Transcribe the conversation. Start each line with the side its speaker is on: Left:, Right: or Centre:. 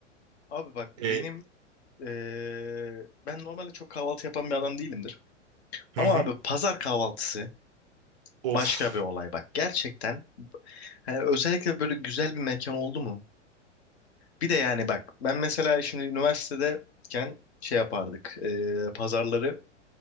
Left: Abi bak benim
Right: E,
Left: eee, ben normalde çok kahvaltı yapan bir adam değilimdir.
Right: hı
Left: Ama
Right: hı.
Left: abi pazar kahvaltısı
Right: Of.
Left: başka bir olay bak. Gerçekten hani özellikle böyle güzel bir mekan oldu mu? Bir de yani bak ben mesela şimdi üniversitedeyken şey yapardık. Eee, pazarları